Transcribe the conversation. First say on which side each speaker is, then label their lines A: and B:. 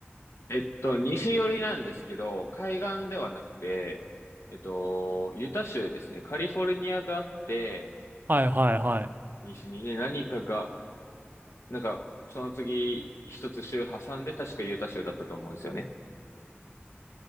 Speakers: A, on the left; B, on the right.
A: えっと、西寄りなんですけど、海岸ではなくて、えっと、ユタ州ですね。カリフォルニアがあって、
B: はいはいはい。
A: 西にね、何かが、なんか、その次、一つ州挟んで、確かユタ州だったと思うんですよね。